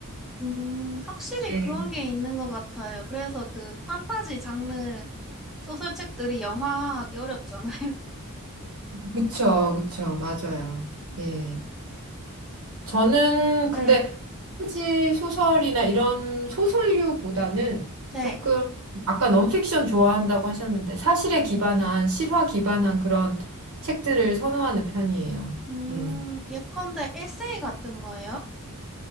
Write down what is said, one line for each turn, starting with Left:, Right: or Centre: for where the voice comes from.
Centre: 음, 확실히
Right: 예,
Centre: 그런
Right: <laughs>
Centre: 게 있는 것 같아요. 그래서 그 판타지 장르 소설책들이 영화화하기 어렵잖아요. <laughs>
Right: 그쵸, 그쵸, 맞아요. 예. 저는 근데
Centre: 네.
Right: 판타지 소설이나 이런 소설류보다는
Centre: 네.
Right: 조금 아까 넌픽션 좋아한다고 하셨는데 사실에 기반한 실화 기반한 그런 책들을 선호하는 편이에요.
Centre: 음,
Right: 예.
Centre: 예컨대 에세이 같은 거예요?